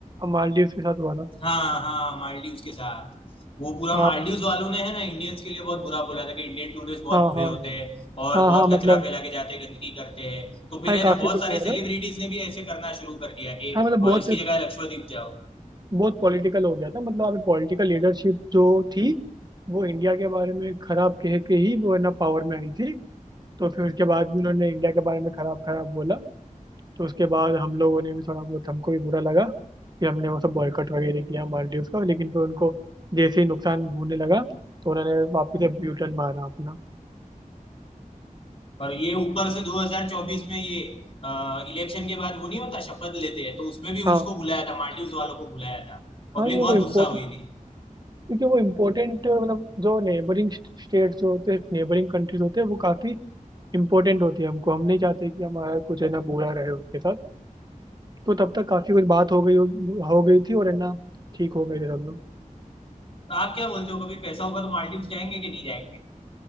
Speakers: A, on the right (about 30°); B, on the left (about 40°).
A: मालदीव के साथ हुआ था
B: हाँ हाँ मालदीव्स के साथ वो पूरा
A: हाँ
B: मालदीव्स वालों ने है ना इंडियंस के लिए बहुत बुरा बोला था कि इंडियन टूरिस्ट बहुत
A: हाँ
B: बुरे
A: हाँ
B: होते हैं और
A: हाँ
B: बहुत
A: हाँ मतलब
B: कचरा फैला के जाते हैं गंदगी करते हैं तो फिर
A: हाँ ये
B: है
A: काफी
B: ना बहुत
A: कुछ
B: सारे
A: हुआ
B: सेलिब्रिटीज
A: था
B: ने भी ऐसे करना शुरू कर दिया कि
A: हाँ मतलब बहुत
B: वहाँ इसकी जगह लक्षद्वीप जाओ
A: बहुत पॉलिटिकल हो गया था मतलब अभी पॉलिटिकल लीडरशिप जो थी वो इंडिया के बारे में खराब कह के ही वो है ना पावर में आई थी तो फिर उसके बाद भी उन्होंने इंडिया के बारे में खराब खराब बोला तो उसके बाद हम लोगों ने भी थोड़ा बहुत हमको भी बुरा लगा कि हमने वो सब बॉयकॉट वगैरह किया मालदीव का लेकिन फिर उनको जैसे ही नुकसान होने लगा तो उन्होंने वापस से यू टर्न मारा अपना
B: पर ये ऊपर से 2024 में ये इलेक्शन के बाद वो नहीं होता शपथ लेते हैं तो उसमें भी
A: हाँ
B: उसको बुलाया था मालदीव्स वालों को बुलाया था पब्लिक
A: हाँ ये
B: बहुत
A: वो इम्पोर्टेंट
B: गुस्सा हुई थी
A: क्योंकि वो इम्पोर्टेंट मतलब जो नेबरिंग स्टेट्स जो होते हैं नेबरिंग कंट्रीज होते हैं वो काफ़ी इम्पोर्टेंट होती है हमको हम नहीं चाहते कि हमारा कुछ है ना बुरा रहे उसके साथ तो तब तक काफी कुछ बात हो गई हो, हो गई थी और है ना ठीक हो गए थे सब लोग
B: तो आप क्या बोलते हो कभी पैसा होगा तो मालदीव्स जाएंगे कि नहीं जाएंगे